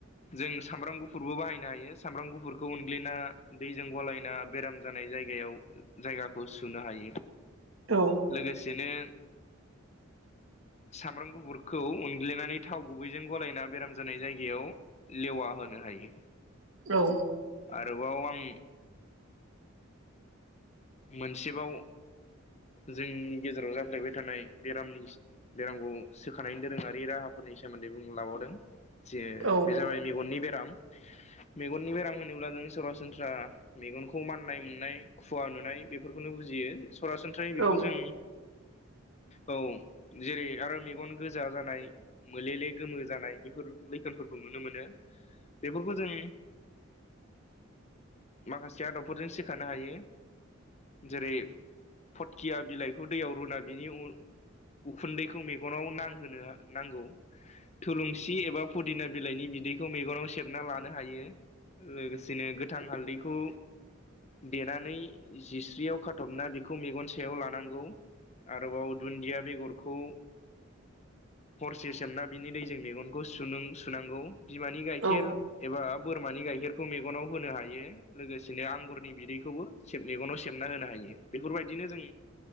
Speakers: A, on the left; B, on the right.
A: जों सामब्राम गुफुरबो बाहायनो हायो सामब्राम गुफुरखौ उनग्लिना दैजों गलायना बेराम जानाय जायगायाव जायगाखौ सुनो हायो।
B: औ।
A: लोगोसेनो
B: <inaudible>
A: सामब्राम गुफुरखौ उनग्लिनानै थाव गुबैजों गलायना बेराम जानाय जायगायाव लेवा होनो हायो।
B: औ।
A: आरोबाव आं मोनसेबाव जोंनि गेजेराव जाफ्लेबाय थानाय बेरामनि बेरामखौ सोखानायनि दोरोङारि राहाफोरनि सोमोन्दै बुं लाबावदों जे
B: औ
A: बे जाबाय मेगननि बेराम मेगननि बेराम होनोब्ला जों सरासनस्रा मेगनखौ माननाय मोननाय खुवा नु नाय बेफोरखौनो बुजियो सरासनस्रायै
B: औ
A: बेखौ जों औ जेरै आरो मेगन गोजा जानाय मोले ले गोमो जानाय बेफोर लैखोनफोरखौ नुनो मोनो बेफोरखौ जों माखासे आदबफोरजों सोखानो हायो। जेरै फटकिया बिलाइखौ दैयाव रुना बिनि उन‌ उखुन्दैखौ मेगनाव नांहोनो नांगौ। थुलुंसि एबा फुदिना बिलाइनि बिदैखौ मेगनाव सेबना लानो हायो लोगोसेनो गोथां हालदैखौ देनानै जिस्रियाव खाथबना बेखौ मेगन सायाव लानांगौ। आरोबाव दुन्दिया बेगरखौ हरसे सोमना बिनि दैजों मेगनखौ सुनांगौ बिमानि गाइखेर
B: औ
A: एबा बोरमानि गाइखेरखौ मेगनाव होनो हायो लोगोसेनो आंगुरनि बिदैखौबो मेगनाव सेबना होनो हायो बेफोरबायदिनो जों